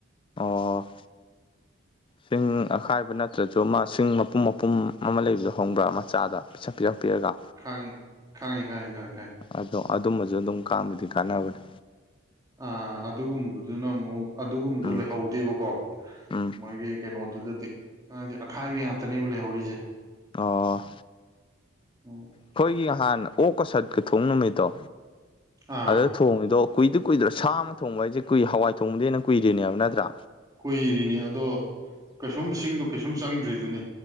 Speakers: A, on the left; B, on the right.
A: ꯑꯣ ꯁꯤꯡ ꯑꯈꯥꯏꯕ ꯅꯠꯇ꯭ꯔꯁꯨ ꯑꯃ ꯁꯤꯡ ꯃꯄꯨꯝ ꯃꯄꯨꯝ ꯑꯃ ꯂꯩꯕꯗꯣ ꯈꯪꯕ꯭ꯔꯥ ꯃꯆꯥꯗ ꯄꯤꯁꯛ ꯄꯤꯁꯛ ꯄꯤꯛꯑꯒ
B: ꯈꯪꯉꯤ ꯈꯪꯉꯦ ꯈꯪꯉꯦ ꯈꯪꯉꯦ ꯈꯪꯉꯦ
A: ꯑꯗꯣ ꯑꯗꯨꯝꯕꯁꯨ ꯑꯗꯨꯝ ꯀꯥꯟꯕꯨꯗꯤ ꯀꯥꯟꯅꯕꯅꯦ
B: ꯑ ꯑꯗꯨꯒꯨꯝꯕꯗꯨꯅ ꯑꯃꯨꯛ ꯑꯗꯨꯒꯨꯝꯕꯗꯣ
A: ꯎꯝ
B: ꯂꯩꯍꯧꯗꯦꯕꯀꯣ
A: ꯎꯝ
B: ꯃꯣꯏꯒꯤ ꯀꯩꯅꯣꯗꯨꯗꯗꯤ ꯑꯈꯥꯏꯕꯤ ꯉꯥꯛꯇꯅꯦꯕ ꯂꯩꯍꯧꯔꯤꯁꯦ
A: ꯑꯣ
B: ꯎꯝ
A: ꯑꯩꯈꯣꯏꯒꯤ ꯅꯍꯥꯟꯅ ꯑꯣꯛꯀ ꯁꯠꯀ ꯊꯣꯡ ꯅꯨꯃꯤꯠꯇꯣ
B: ꯑꯥ
A: ꯑꯗꯨ ꯊꯣꯡꯉꯤꯗꯣ ꯀꯨꯏꯗꯤ ꯀꯨꯏꯗ꯭ꯔꯣ ꯁꯥ ꯑꯃ ꯊꯣꯡꯕ ꯍꯥꯏꯁꯦ ꯀꯨꯏ ꯍꯋꯥꯏ ꯊꯣꯡꯕꯗꯩ ꯍꯦꯟꯅ ꯀꯨꯏꯔꯤꯅꯦꯕ ꯅꯠꯇ꯭ꯔꯥ
B: ꯀꯨꯏꯔꯤꯅꯤ ꯑꯗꯣ ꯀꯩꯁꯨꯝ ꯁꯤꯡꯗꯣ ꯀꯩꯁꯨꯝ ꯆꯪꯗ꯭ꯔꯤꯗꯨꯅꯦ